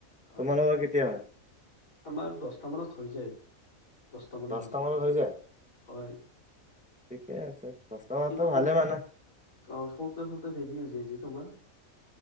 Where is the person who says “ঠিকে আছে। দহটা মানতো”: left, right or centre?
Centre